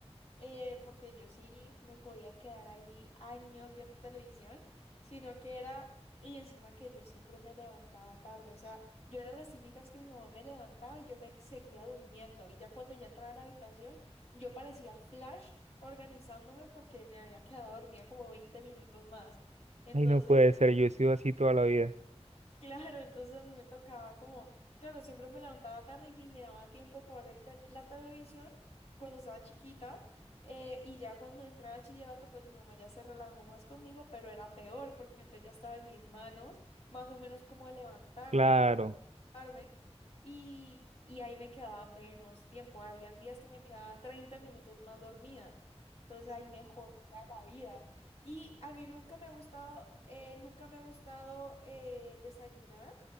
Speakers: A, on the left; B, on the right.
A: eh, porque yo sí me podía quedar ahí años viendo televisión, sino que era, y encima que yo siempre me levantaba tarde, o sea, yo era las típicas que mi mamá me levantaba y yo me seguía durmiendo, y ya cuando ya entraba a la habitación, yo parecía Flash organizándome porque me había quedado dormida como 20 minutos más. Entonces...
B: Ay, no puede ser, yo he sido así toda la vida.
A: Claro, entonces a mí me tocaba como, claro, siempre me levantaba tarde y ni me daba tiempo para ver el tel- la televisión cuando estaba chiquita. eh, y ya cuando entré a bachillerato, pues mi mamá ya se relajó más conmigo, pero era peor porque entonces ya estaba en mis manos, más o menos como levantarme.
B: Claro,
A: y arme, y, y ahí me quedaba menos tiempo. Habían días que me quedaba 30 minutos más dormida. Entonces ahí me jodía la vida. Y a mí nunca me ha gustado, eh, nunca me ha gustado eh, desayunar,